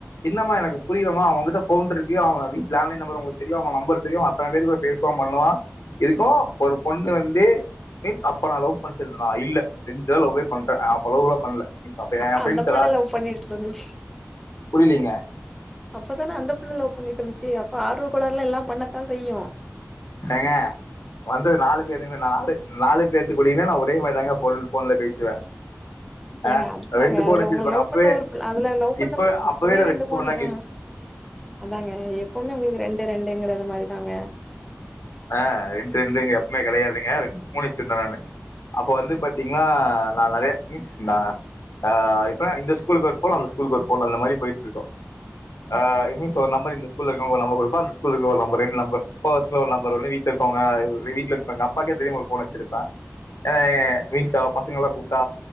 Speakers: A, on the left (about 70°); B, in the centre.
A: என்னம்மா எனக்கு புரியலமா அவகிட்ட ஃபோன் இருக்கு அவ வீட்டு் லேண்ட்லைன் நம்பர் உங்களுக்கு தெரியு அவங்க நம்பர் தெரியு அத்தனை பேர் கூட பேசுவா பண்ணுவா இதுக்கு ஒரு பொண்ணு வந்து மீன்ஸ் அப்ப நா லவ் பண்ட்டு இருந்தனா இல்ல சின்சியரா லவ்வே பண்ற அப்ப லவெல்ல பண்ணல மீன்ஸ் என்
B: அப்ப
A: ஃப்ரெண்ட்ஸ்
B: அந்த புள்ள
A: எல்லா
B: லவ் பண்ணிட்டு இருந்துச்சு
A: புரியலீங்க
B: அப்பதானே அந்த புள்ள லவ் பண்ணிட்டு இருந்துச்சு அப்ப ஆர்வகோளாறுல எல்லா பண்ணத்தா செய்யு
A: ஏங்க வந்தது நாலு பேருங்க நாலு நாலு பேத்துக்குடியுமே நா ஒரே மாதிரி தாங்க ஃபோன் ஃபோன்ல பேசுவே ஆ
B: ஏங்க அதுதாங்க
A: ரெண்டு ஃபோன்
B: அதுல
A: வச்சிருப்பாங்க
B: உங்களை லவ்
A: அப்பவே
B: பண்ண ஒரு புள் அதுல லவ் பண்ண
A: இப்ப
B: புள் அப்பவே
A: நா
B: ரெண்டு ஃபோனு
A: ஃபோன் தாங்க
B: ஆஹ்
A: யூஸ்
B: அதாங்க எப்பவுமே உங்களுக்கு ரெண்டு ரெண் ங்கற மாதிரி தாங்க
A: ஆஹ் ரெண் ரெண்டுங்க எப்பமே கிடையாதுங்க ரெண்டு மூணு வெச்சிருந்த நானு அப்ப வந்து பாத்தீங்கன்னா நா நெறைய மீன்ஸ் அஹ் இப்ப இந்த ஸ்கூலுக்கு ஒரு ஃபோன் அந்த ஸ்கூலுக்கு ஒரு ஃபோன் அந்த மாதிரி போயிட்டு இருக்கோ அஹ் மீஸ் ஒரு நம்பர் இந்த ஸ்கூல இருக்கறவனுக்கு ஒரு நம்பர் குடுப்பா அந்த ஸ்கூல இருக்க ஒரு நம்பரு ரெண் நம்பர் பர்சன ஒரு நம் <unintelligible> உடனே வீட்டுல இருக்கவங்க வீட்டுல இருக்கற எங்க அப்பாவுக்கே தெரியாம ஒரு ஃபோன் வெச்சிருப்ப எ ரீல்ஸோ பசங்கெல்லா கூப்புட்ட